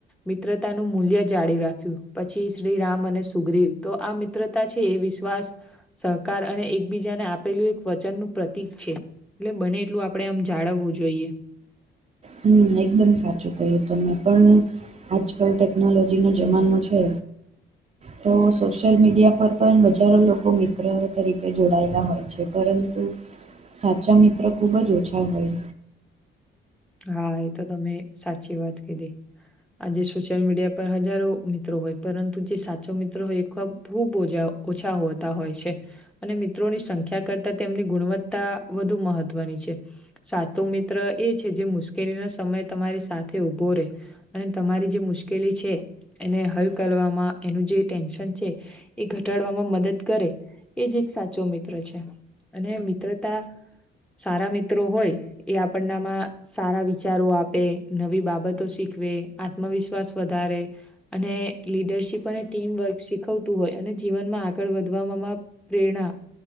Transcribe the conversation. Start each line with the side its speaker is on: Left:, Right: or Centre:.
Centre: મિત્રતા નું મૂલ્ય જાળવ રાખ્યું પછી શ્રી રામ અને સુખદ્રીવ તો આ મિત્રતા છે એ વિશ્વાસ સહકાર અને એકબીજાને આપેલું વચનનું પ્રતિક છે એટલે બને એટલું આપડણે આમ જાળવવું જોઈએ.
Right: હમ્મ એકદમ સાચું કહ્યું તમે પણ આજકાલ ટેકનોલોજી નો જમાનો છે.
Centre: <inaudible>
Right: તો સોશિયલ મીડિયા પર પણ હજારો લોકો મિત્ર તરીકે જોડાયેલા હોય છે પરંતુ સાચા મિત્ર ખૂબ જ ઓછા હોય,
Centre: હા એ તો તમે સાચી વાત કીધી. આજે સોશિયલ મીડિયા પર હજારો મિત્રો હોય પરંતુ જે સાચો મિત્રો હોય એ ખબ ખૂબ ઓછા ઓછા હોતા હોય છે. અને મિત્રોની સંખ્યા કરતાં તેમની ગુણવત્તા વધુ મહત્વની છે. સાતો મિત્ર એ છે જે મુશ્કેલી ના સમય તમારી સાથે ઉભો રહેે. અને તમારી જે મુશ્કેલી છે એને હલ કરવામાં એનું જે ટેન્શન છે એ ઘટાડવામાં મદદ કરે એજ એક સાચો મિત્ર છે. અને મિત્રતા સારા મિત્રો હોય એ આપણનામાં સારા વિચારો આપે, નવી બાબતો શીખવે આત્મવિશ્વાસ વધારે, અને લીડરશીપ અને ટીમવર્ક શીખવતું હોય અને જીવનમાં આગળ વધવામાં પ્રેરણા